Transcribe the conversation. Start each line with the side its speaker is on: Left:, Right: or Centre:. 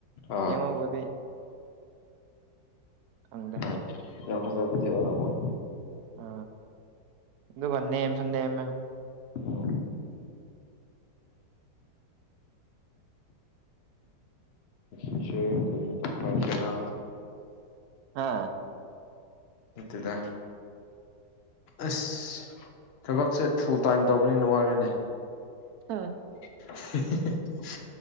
Left: ꯑꯥ
Right: ꯌꯦꯡꯉꯕꯨꯗꯤ ꯈꯪꯗꯦ
Left: ꯍꯣꯏ ꯌꯥꯝ ꯐꯖꯕꯗꯤ ꯑꯣꯢꯔꯝꯃꯣꯢ
Right: ꯑ ꯑꯗꯨꯒ ꯅꯦꯝꯁꯨ ꯅꯦꯝꯃꯦ
Left: ꯎꯝ ꯑꯩꯁꯨ ꯗꯨꯝ ꯍꯥꯢꯁꯤꯔꯥ
Right: ꯍꯥ
Left: ꯅꯠꯇꯦꯗ ꯑꯁ ꯊꯕꯛꯁꯦ ꯐꯨꯜ ꯇꯥꯏꯝ ꯇꯧꯕꯅꯤꯅ ꯋꯥꯔꯦꯅꯦ
Right: ꯑꯥ
Left: <unintelligible>